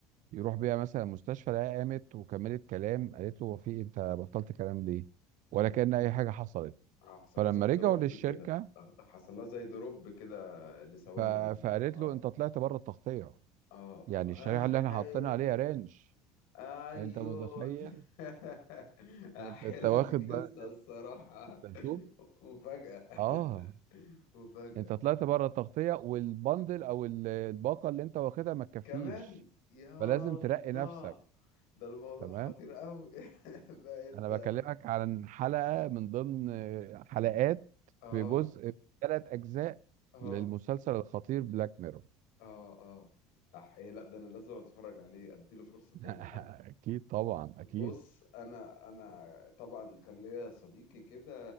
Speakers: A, on the right; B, on the left.
A: يروح بيها مثلا المستشفى لقاها قامت وكملت كلام قالت له هو في إيه؟ انت بطلت كلام ليه
B: مم.
A: ولا كأن اي حاجه حصلت
B: آه، حصل
A: فلما
B: لها زي
A: رجعوا
B: دروب
A: للشركه
B: كده آه، حصل لها زي دروب كده لثواني
A: ف...
B: معينة
A: فقالت
B: اه
A: له انت طلعت بره التغطيه
B: اه
A: يعني
B: اه
A: الشريحه اللي احنا
B: احي
A: حاطينها عليها رانش
B: ايوه
A: انت متخيل
B: <laughs>
A: انت
B: احيلها
A: أنت واخد
B: دي قصة
A: بقى
B: الصراحة
A: انت شوف
B: مفاجأة
A: اه
B: <laughs> مفاجأة
A: انت طلعت بره التغطيه والبندل او ال- الباقه اللي انت واخدها ما تكفيش
B: كمان يا
A: فلازم
B: الله
A: ترقي نفسك
B: ده الموضوع
A: تمام
B: خطير قوي <laughs> بقت
A: انا بكلمك عن حلقة من ضمن آه، حلقات
B: اه
A: في جزء ثلاث اجزاء
B: اه
A: للمسلسل الخطير بلاك ميرور
B: اه اه احيي لا ده انا لازم اتفرج عليه اديله فرصة
A: <laughs>
B: تاني
A: اكيد طبعا اكيد
B: بص انا انا طبعا كان ليا صديقي كده